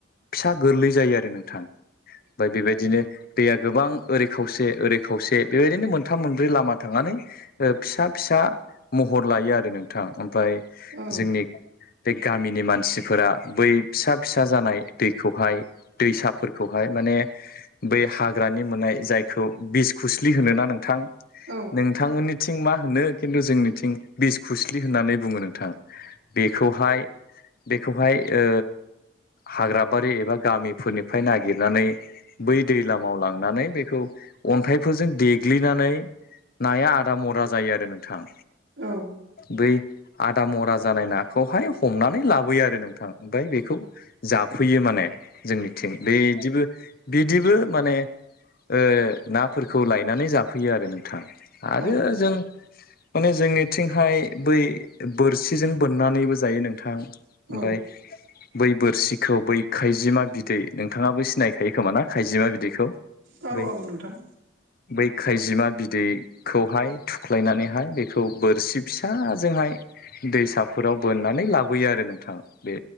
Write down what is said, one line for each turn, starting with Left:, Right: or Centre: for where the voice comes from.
Left: फिसा गोरलै जायो आरो नोंथां ओमफ्राय बेबायदिनो दैया गोबां ओरै खावसे ओरै खावसे बेबायदिनो मोनथाम मोनब्रै लामा थांनानै फिसा फिसा महर लायो आरो नोंथां ओमफ्राय
Right: औ
Left: जोंनि बे गामिनि मानसि फोरा बै फिसा फिसा जानाय दैखौहाय दैसाफोरखौहाय माने बै हाग्रानि मोननाय जायखौ बिसखुस्लि होनो ना नोंथां
Right: औ
Left: नोंथांमोननिथिं मा होनो खिन्थु जोंनिथिं बिस खुस्लि होननानै बुङो नोंथां बेखौहाय बेखौहाय ओ हाग्राबारि एबा गामि फोरनिफ्राय नागिरनानै बै दैलामाव लांनानै बेखौ अन्थाइफोरजों देग्लिना नै नाया आदा मरा जायो आरो नोंथां
Right: औ
Left: बै आदा मरा जानाय नाखौहाय हमनानै लाबोयो आरो नोंथां ओमफ्राय बेखौ जाफैयो माने जोंनिथिं बेदिबो बिदिबो माने ओ नाफोरखौ लायनानै जाफैयो आरो नों थां आरो
Right: औ
Left: जों माने जोंनिथिं हाय बै बोरसिजों बोननानैबो जायो नोंथां ओमफ्राय
Right: औ
Left: बै बोरसिखौ बै खैजिमा बिदै नोंथाङाबो सिनायखायो खोमा ना खाइजिमा बिदैखौ
Right: औ
Left: बै
Right: औ नोंथां
Left: बै खायजिमा बिदैखौहाय थुख्लायनानैहाय बेखौ बोरसिब फिसाजोंहाय दैसाफोराव बोननानै लाबोयो आरो नोंथां बे